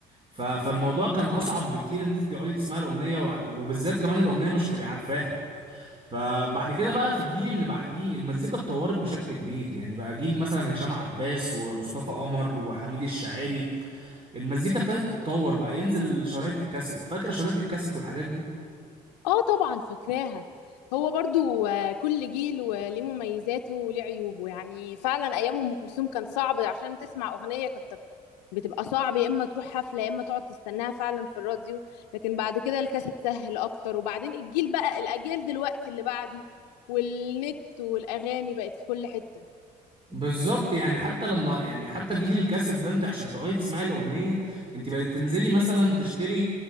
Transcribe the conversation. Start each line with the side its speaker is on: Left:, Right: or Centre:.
Right: ف... فالموضوع كان أصعب بكتير إن أنت تقعدي تسمعي الأغنية وع- وبالذات كمان الأغنية مش هتبقي عارفاها فبعد كده بقى في الجيل اللي بعديه المزيكا اتطورت بشكل كبير يعني بقى جيل مثلا هشام عباس ومصطفى قمر وحميد الشاعري المزيكا ابتدت تتطور بقى ينزل شرايط الكاسيت فاكر شرايط الكاسيت والحاجات دي
Left: اه طبعا فاكراها هو برضو آه، كل جيل وليه مميزاته وليه عيوبه يعني فعلا أيام أم كلثوم كان صعب عشان تسمع أغنية كانت بتبقى صعب يا اما تروح حفله يا اما تقعد تستناها فعلا في الراديو لكن بعد كده الكاسيت سهل اكتر وبعدين الجيل بقى الاجيال دلوقتي اللي بعده والنت والاغاني بقت في كل حته
Right: بالظبط يعني حتى لما يعني حتى جيل الكاسيت ده انت عشان تقعدي تسمعي الاغنيه انت بقت بتنزلي مثلا تشتري